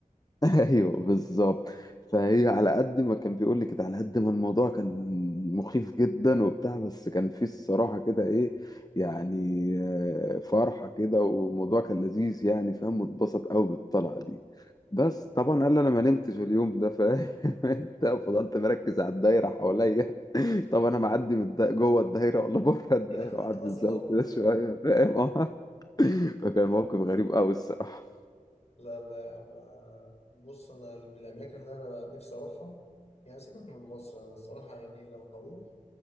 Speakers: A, on the left; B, on the left.
A: <laughs> ايوه بالظبط فهي على قد ما كان بيقول لي كده على قد ما الموضوع كان مخيف جدا وبتاع بس كان فيه الصراحه كده ايه يعني آه، فرحه كده والموضوع كان لذيذ يعني فاهم واتبسط قوي بالطلعه دي بس طبعا قال لي انا ما نمتش اليوم ده فاهم <laughs> انت فضلت مركز على الدايره حواليا <laughs> طب انا معدي من الدا- جوه الدايره ولا بره الدايره
B: <laughs>
A: وقعد
B: اصلا
A: الزاويه كده شويه فاهم <laughs> اه فكان موقف غريب قوي الصراحه
B: لا لا يا عم آه، بص انا من الاماكن اللي انا نفسي اروحها يعني سيبك من مصر انا الصراحه يعني لو هروح